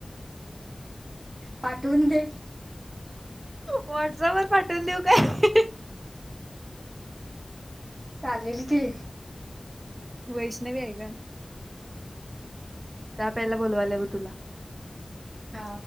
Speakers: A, on the right; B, on the right.
A: पाठवून दे.
B: व्हॉट्सअप वर पाठवून देऊ काय.
A: चालेल की.
B: वैष्णवी आहे का. च्या प्यायला बोलवालीया ब तुला.
A: हा